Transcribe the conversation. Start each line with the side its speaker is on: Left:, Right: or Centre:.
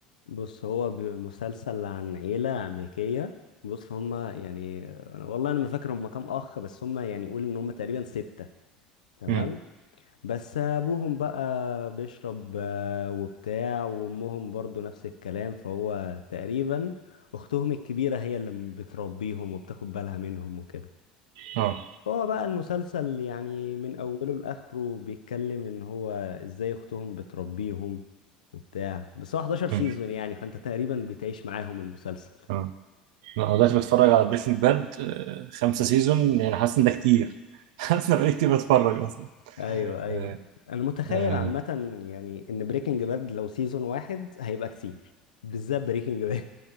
Left: بص هو ب- مسلسل عن عيلة امريكية بص هما يعني أنا- والله انا ما فاكر هما كام اخ بس هما يعني قول ان هما تقريبا ستة تمام
Right: مم.
Left: بس ابوهم بقى بيشرب آه، وبتاع وامهم برضو نفس الكلام فهو تقريبا اختهم الكبيرة هي اللي م- بتربيهم وبتاخد بالها منهم وكده
Right: اه
Left: هو بقى المسلسل يعني من اوله لاخره بيتكلم ان هو ازاي اختهم بتربيهم وبتاع بس هو 11 سيزون
Right: مم.
Left: يعني فانت تقريبا بتعيش معاهم المسلسل
Right: اه لا، انا دلوقتي بتفرج على بريكنج باد خمسة سيزون يعني حاسس ان ده كتير <laughs> حاسس ان بقالي كتير بتفرج اصلا
Left: ايوه ايوه
Right: آه.
Left: انا متخيل
Right: آه.
Left: عامة يعني ان بريكنج باد لو سيزون واحد هيبقى كتير بالذات بريكنج باد